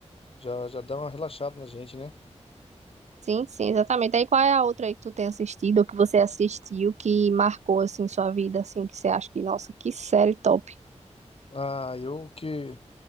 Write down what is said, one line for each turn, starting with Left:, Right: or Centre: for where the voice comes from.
Left: já, já dá uma relaxada na gente, né?
Right: Sim, sim, exatamente. Aí qual é a outra aí que tu tem assistido, ou que você assistiu, que marcou, assim, sua vida, assim, que você acha que, nossa, que série top.
Left: Ah, eu que...